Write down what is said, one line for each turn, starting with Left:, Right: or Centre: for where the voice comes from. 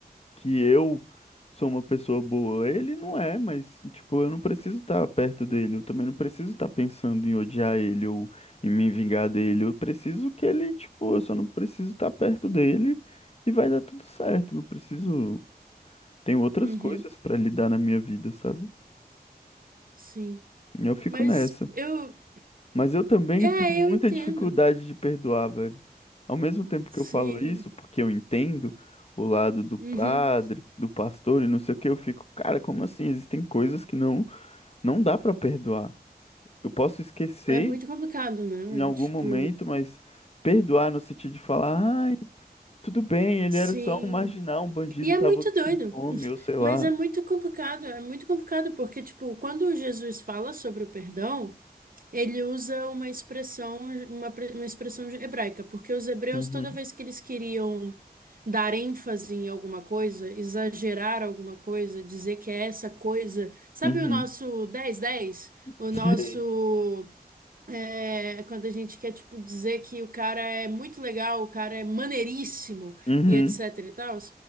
Left: que eu sou uma pessoa boa. Ele não é, mas, tipo, eu não preciso estar perto dele. Eu também não preciso estar pensando em odiar ele ou em me vingar dele. Eu preciso que ele, tipo, eu só não preciso estar perto dele e vai dar tudo certo. Não preciso. Tem outras
Right: Uhum.
Left: coisas pra lidar na minha vida, sabe?
Right: Sim.
Left: Eu fico
Right: Mas
Left: nessa.
Right: eu.
Left: Mas eu também
Right: É,
Left: tenho
Right: eu
Left: muita
Right: entendo.
Left: dificuldade de perdoar, velho. Ao mesmo tempo que
Right: Sim.
Left: eu falo isso, porque eu entendo o lado do padre,
Right: Uhum.
Left: do pastor e não sei o que, eu fico, cara, como assim? Existem coisas que não não dá pra perdoar. Eu posso esquecer
Right: É muito complicado, né?
Left: em algum
Right: Tipo,
Left: momento, mas perdoar no sentido de falar, ai, tudo bem, ele
Right: sim.
Left: era só um marginal, um bandido,
Right: E é
Left: tava
Right: muito doido.
Left: com fome,
Right: <laughs>
Left: ou sei lá.
Right: Mas é muito complicado. É muito complicado porque, tipo, quando Jesus fala sobre o perdão, ele usa uma expressão, uma, pre- uma expressão hebraica, porque os hebreus,
Left: Uhum,
Right: toda vez que eles queriam. dar ênfase em alguma coisa, exagerar alguma coisa, dizer que é essa coisa. Sabe
Left: uhum,
Right: o nosso dez dez,
Left: <laughs>
Right: O
Left: sei.
Right: nosso. É, quando a gente quer, tipo, dizer que o cara é muito legal, o cara é maneiríssimo
Left: Uhum,
Right: e etc e tal.